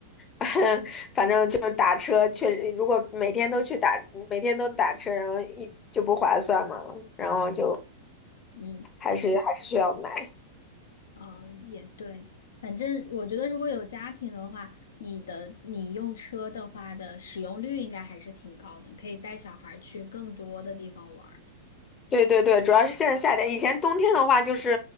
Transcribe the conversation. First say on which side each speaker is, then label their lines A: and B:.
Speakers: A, on the left; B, on the left.
A: <laughs> 反正就是打车，确实如果每天都去打，每天都打车，然后一就不划算嘛，然后就
B: 嗯。
A: 还是还是需要买。
B: 嗯，也对，反正我觉得如果有家庭的话，你的你用车的话的使用率应该还是挺高的，你可以带小孩儿去更多的地方玩儿的
A: 对对对，主要是现在夏天，以前冬天的话就是，